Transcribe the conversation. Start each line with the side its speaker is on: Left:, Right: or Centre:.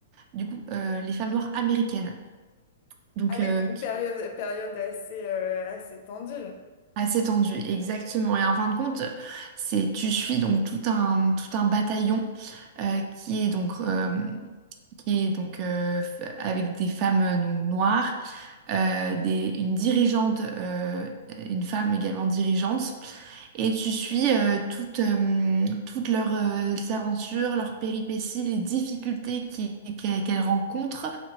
Right: du coup, euh, les femmes noires américaines, donc
Left: Ah
Right: euh,
Left: oui, donc
Right: qui...
Left: période, période assez, euh, assez tendue.
Right: assez tendu, exactement. Et en fin de compte, c'est tu suis donc tout un, tout un bataillon euh, qui est donc... euh, qui est donc euh, f- avec des femmes euh, donc, noires, euh, des, une dirigeante, euh, une femme également dirigeante, Et tu suis euh, toutes, euh, toutes leurs euh, aventures, leurs péripéties, les difficultés qui- qu'elles qu'elles rencontrent,